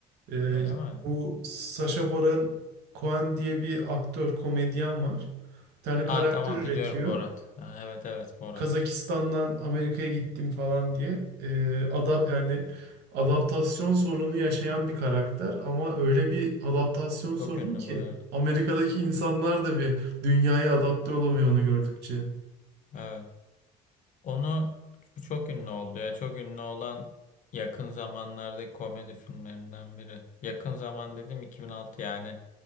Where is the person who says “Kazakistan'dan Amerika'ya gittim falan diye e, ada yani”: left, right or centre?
Right